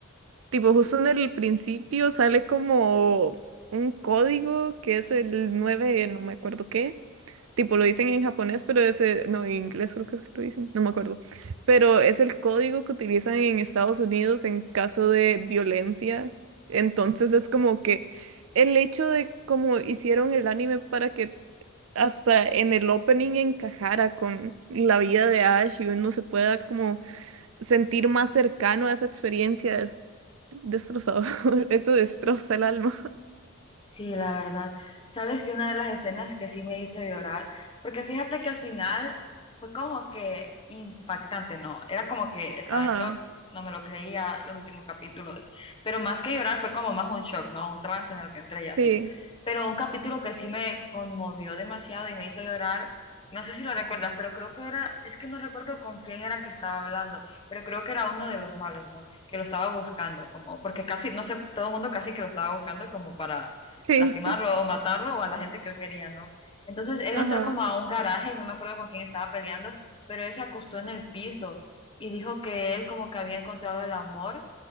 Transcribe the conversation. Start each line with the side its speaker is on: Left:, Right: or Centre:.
Right: tipo justo en el principio sale como un código que es el 9 no me acuerdo qué. Tipo, lo dicen en japonés, pero ese, no, en inglés creo que es que lo dicen, no me acuerdo. Pero es el código que utilizan en Estados Unidos en caso de violencia. Entonces es como que el hecho de cómo hicieron el anime para que hasta en el opening encajara con la vida de Ash y uno se pueda como sentir más cercano a esa experiencia es destrozador. <laughs> Eso destroza el alma.
Left: Sí, la verdad. Sabes que una de las escenas que sí me hizo llorar, porque fíjate que al final fue como que impactante, ¿no? Era como que estaba
Right: Ajá.
Left: en shock, no me lo creía los últimos capítulos, pero más que llorar fue como más un shock, ¿no? Un trance en el que entré y
Right: Sí,
Left: así. Pero un capítulo que sí me conmovió demasiado y me hizo llorar, no sé si lo recuerdas, pero creo que era, es que no recuerdo con quién era que estaba hablando, pero creo que era uno de los malos, ¿no? Que lo estaba buscando, como, porque casi, no sé, todo el mundo casi que lo estaba buscando como para
Right: sí,
Left: lastimarlo o matarlo o a la gente que él quería, ¿no? Entonces él
Right: <laughs>
Left: entró
Right: ajá.
Left: como a un garaje y no me acuerdo con quién estaba peleando, pero él se acostó en el piso y dijo que él como que había encontrado el amor